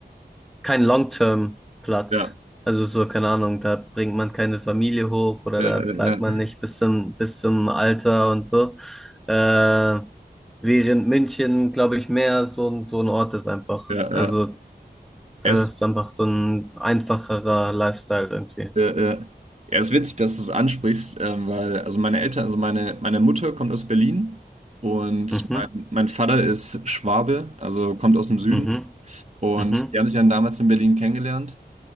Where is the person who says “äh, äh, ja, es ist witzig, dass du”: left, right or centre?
Right